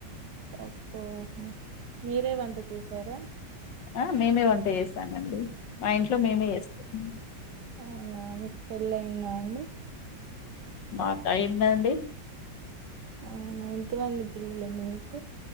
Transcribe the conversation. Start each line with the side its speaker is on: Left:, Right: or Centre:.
Right: పప్పు ఆహా మీరే వంట చేసారా
Left: ఆ మేమే వంట చేసానండి మా ఇంట్లో మేమే చేసుకున్నం
Right: అవునా మీకు పెళ్ళి అయిందా అండి
Left: మా టయ్యిందండి
Right: అవునా ఎంతమంది పిల్లలండి మీకు